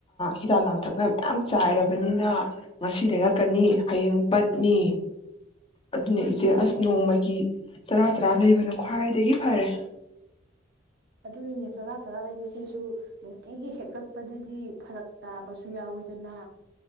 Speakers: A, on the left (about 30°); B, on the right (about 55°).
A: ꯍꯤꯗꯥꯛ ꯂꯥꯡꯊꯛꯅ ꯃꯌꯥꯝ ꯆꯥꯏꯔꯕꯅꯤꯅ ꯉꯁꯤ ꯂꯩꯔꯛꯀꯅꯤ ꯍꯌꯦꯡ ꯄꯠꯅꯤ ꯑꯗꯨꯅ
B: ꯃꯥꯅꯦ
A: ꯏꯆꯦ ꯑꯁ ꯅꯣꯡꯃꯒꯤ ꯆꯔꯥ ꯆꯔꯥ ꯂꯩꯕꯅ ꯈ꯭ꯋꯥꯏꯗꯒꯤ ꯐꯔꯦ
B: ꯑꯗꯨꯅꯦ ꯆꯔꯥ ꯆꯔꯥ ꯂꯩꯕꯁꯤꯁꯨ ꯅꯨꯡꯇꯤꯒꯤ ꯍꯦꯛ ꯆꯠꯄꯗꯗꯤ ꯐꯔꯛ ꯇꯥꯕꯁꯨ ꯌꯥꯎꯋꯤꯗꯅ